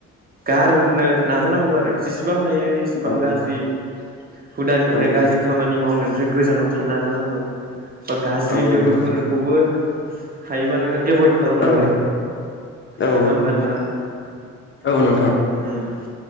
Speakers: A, on the right; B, on the left.
A: गारनो नाजानांगौ आरो जेसेबां सेबां
B: औ
A: गाज्रि हुदानिफ्राय
B: औ
A: गाज्रि खामानि मावनायनिफ्राय गोजानाव थानो नाजानांगौ बा गाज्रि
B: औ
A: लोगोफोरखौबो
B: नोंथां
A: हायोबा नोङो एभयड खालामनांगोन
B: औ औ
A: नङा होमबा नोंथां?
B: औ नोंथां
A: उम